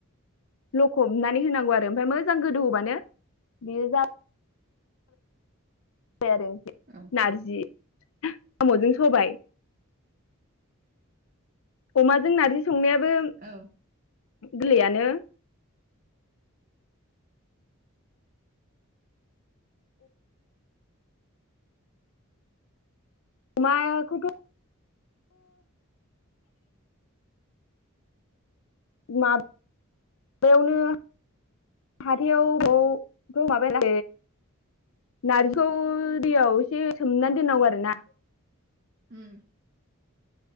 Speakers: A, on the left; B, on the right.
A: लखबनानै होनांगौ आरो ओमफ्राय मोजां गोदौ होबानो बियो जा <unintelligible>
B: औ
A: आम'जों सबाय। अमाजों नारजि संनायाबो
B: औ
A: गोरलैयानो माया खथ' मा माबायावनो हाथायाव बबावखौ माबाया नारजिखौ दैयाव एसे सोमनानै दोननांगौ आरो ना।
B: उम।